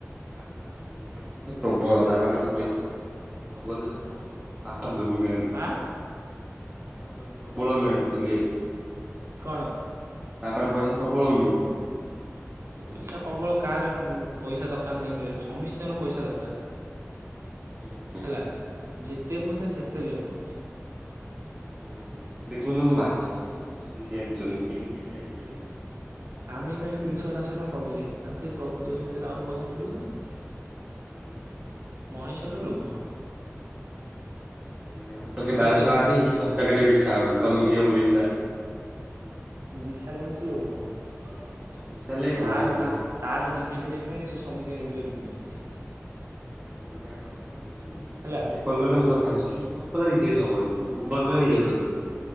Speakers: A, on the right (about 15°); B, on the right (about 65°).
A: ଆପଣଙ୍କର ତ ଏଇ ପଇସା ପ୍ରବଳତା ଆପଣଙ୍କର ତ ପଇସା ପ୍ରବଳକି ନ ଗଲେ ତ ହବ। ତା ବାପା ଦଉ ନାହାନ୍ତି କିଛି
B: ଆଁ
A: ପଇସା ତା ବାପାର ପଇସା ପ୍ରବଳ ନୁହେଁ ଗୁଲେଇର
B: କଣ?
A: ତା ବାପାର ପଇସା ପ୍ରବଳ ନୁହେଁ।
B: ପଇସା ପ୍ରବଳ କାହାର ପଇସା ଦରକାର ନାହିଁ କହିଲେ ସମସ୍ତଙ୍କର ପଇସା ଦରକାର।
A: ହୁଁ ହୁଁ।
B: ହେଲା ଯେତେ ପଇସା ସେତେ ଲୋଭ।
A: ହୁଁ ହୁଁ ସେ ଦେଖନ୍ତୁ ମାଛ ଫାଛ ଧରିକି ଆଣିଛନ୍ତି କିଣିକି ବି ଆଣିପାରିବେ।
B: ଆମେ ନାଇଁ ତିନିଶହ ଚାରିଶହ ଟଙ୍କା କମେଇଲେ ଆମେ ଫିର୍ ଗପୁଚେ ବୋଲି ଫିର୍ ଆମକୁ ପଇସା ମିଳିବ ନା ଆଉ।
A: <inaudible>
B: ମଣିଷର ଲୋଭ।
A: ଏଇ ଆମ ପାଖେ
B: ବୁଝିପାରିଲୁ
A: ବାରଶହ ଟଙ୍କା
B: ବିଶା
A: ଅଛି କିଛି ଖର୍ଚ କରିବାକୁ ଇଚ୍ଛା ହଉନି କମିଯିବ ପଇସା।
B: ବିଶାଲ ହଉଛି ଲୋଭ କରୁଚି
A: ବିଶାଲ ଭାଇ ହଁ
B: ତାର ତା
A: ବିଶାଲ
B: ତାର ରିଜେକ୍ଟ ହେଇଯାଇଚି ମାନେ ସେ ସମିତିଙ୍କ ରିଯେକ୍ଟ କରିଦେଇଛି।
A: ମୁଁ ତା ସାଙ୍ଗେ କଥା ହଉଛି କି ମୁଁ
B: ହେଲା
A: ସିଏ କଲ୍ କଲେ ମୁଁ କଥା ହଉଛି ସିଏ କଲ୍ କଲେ ରିଜେକ୍ଟ୍ ହବନି। ତୁ
B: ହଁ।
A: କଲ କଲେ ରିଯେକ୍ଟ୍ କରିଦେଉଛି।